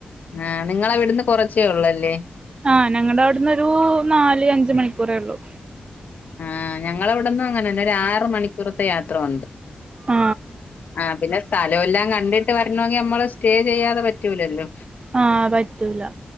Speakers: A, on the left; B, on the right.
A: ആഹ് നിങ്ങളവിടുന്ന് കൊറച്ചേ ഒള്ളല്ലേ.
B: ആ ഞങ്ങടെ അവിടുന്ന് ഒരൂ നാല് അഞ്ച് മണിക്കൂറേ ഒള്ളൂ.
A: ആ ഞങ്ങളവിടന്ന് അങ്ങനെ തന്നെ ഒരു ആറ് മണിക്കൂറത്തെ യാത്ര ഒണ്ട്.
B: ആ
A: ആ പിന്നെ സ് സ്ഥലോല്ലാം കണ്ടിട്ട് വരണമെങ്കിൽ നമ്മള് സ്റ്റേ ചെയ്യാതെ പറ്റൂലല്ലോ.
B: ആ പറ്റൂല.